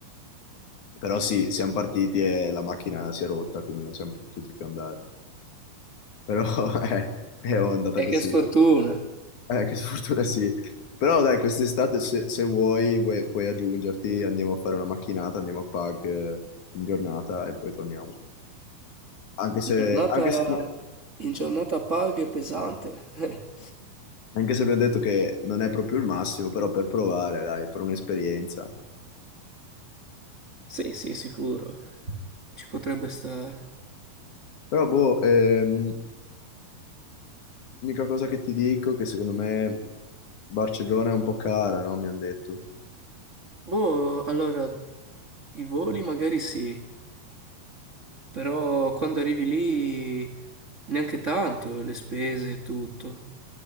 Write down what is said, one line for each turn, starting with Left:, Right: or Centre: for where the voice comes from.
Left: però sì, siamo partiti e la macchina si è rotta, quindi non siamo potuti più andare. Però <laughs> è, è andata
Right: E
Left: così.
Right: che sfortuna!
Left: Eh, che sfortuna sì. Però dai, quest'estate se, se vuoi, vuoi- puoi aggiungerti, andiamo a fare una macchinata, andiamo a Pag eh, in giornata e poi torniamo. Anche se,
Right: In giornata,
Left: anche se-
Right: in giornata paga e pesante. <laughs>
Left: Anche se abbiamo detto che non è proprio il massimo, però per provare, dai, per un'esperienza.
Right: Sì, sì, sicuro. Ci potrebbe stare.
Left: Però, boh, ehm, l'unica cosa che ti dico è che secondo me Barcellona è un po' cara, no? Mi hanno detto.
Right: Boh, allora, i voli magari sì. Però quando arrivi lì neanche tanto, le spese e tutto.